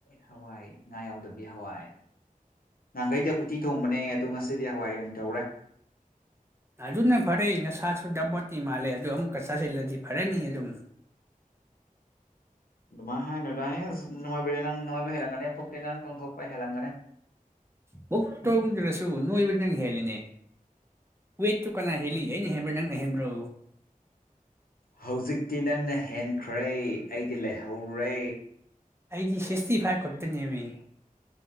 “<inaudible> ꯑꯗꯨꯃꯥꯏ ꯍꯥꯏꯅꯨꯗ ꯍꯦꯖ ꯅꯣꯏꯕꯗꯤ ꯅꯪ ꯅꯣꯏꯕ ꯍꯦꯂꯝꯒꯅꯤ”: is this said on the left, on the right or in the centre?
Left